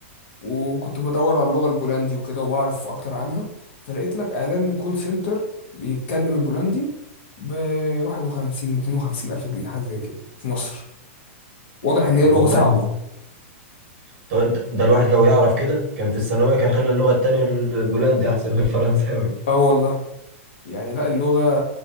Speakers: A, on the left; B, on the right.
A: وكنت بدور على اللغة البولندي وكده وبعرف أكتر عنها فلقيت لك إعلان كول سنتر بيتكلم البولندي ب 51 52 ألف جنيه حاجة زي كده في مصر واضح إن هي
B: طب
A: لغة
B: والله
A: صعبة
B: طب انت ده الواحد لو يعرف كده كان في الثانوية كان خلى اللغة التانية البولندي أحسن من الفرنساوي دي.
A: آه والله يعني لا اللغة